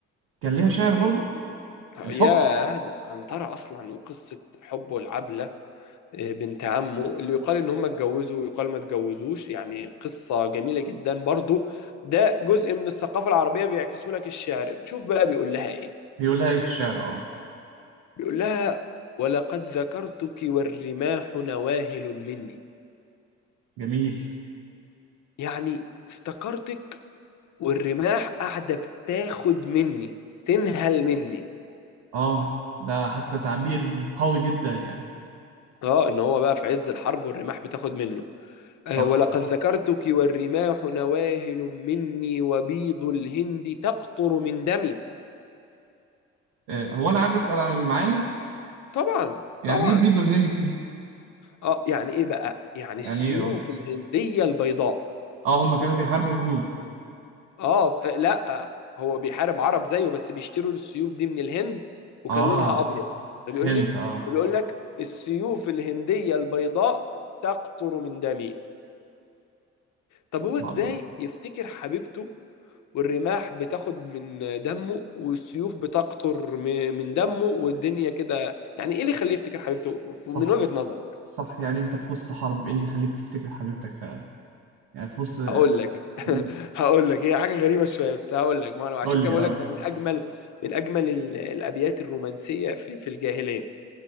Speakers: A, on the right; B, on the left.
A: كان ليها شعر برضه الحب
B: يا ده عنترة أصلا وقصة حبه العبلة آه، بنت عمه اللي يقال إن هم اتجوزوا ويقال ما اتجوزوش يعني قصة جميلة جدا برضو ده جزء من الثقافة العربية بيعكسه لك الشعر شوف بقى بيقول لها إيه
A: بيقول لها إيه في الشعر آه
B: بيقول لها ولقد ذكرتك والرماح نواهل مني
A: جميل
B: يعني افتكرتك والرماح قاعدة بتاخد مني تنهل مني
A: آه ده حتى تعبير قوي جدا يعني
B: اه ان هو بقى في عز الحرب والرماح بتاخد منه آه
A: صح
B: ولقد ذكرتك والرماح نواهل مني وبيض الهند تقطر من دمي
A: آه، هو أنا عادي أسأل عن المعاني
B: طبعا
A: يعني
B: طبعا
A: إيه بيض الهند دي
B: اه يعني ايه بقى يعني السيوف
A: يعني ايه اه
B: الهندية البيضاء
A: اه هم كانوا بيحاربوا هنود
B: اه لا هو بيحارب عرب زيه بس بيشتروا السيوف دي من الهند وكان
A: اه
B: لونها ابيض
A: فهمت
B: فبيقول لك
A: اه
B: فبيقول لك السيوف الهنديه البيضاء تقطر من دمي طب
A: تطلع
B: هو ازاي
A: من دمي
B: يفتكر حبيبته والرماح بتاخد من دمه والسيوف بتقطر م- من دمه والدنيا كده يعني ايه اللي يخليه يفتكر حبيبته ف-
A: صح
B: من وجهة نظر
A: صح يعني انت في وسط حرب ايه اللي يخليك تفتكر حبيبتك فعلا يعني في وسط
B: هقول لك <laughs>
A: مم.
B: هقول لك هي حاجه غريبه شويه بس هقول لك ما انا عشان
A: قول
B: كده
A: لي
B: بقول
A: اه
B: لك ده من اجمل من اجمل ال- الابيات الرومانسيه في في الجاهليه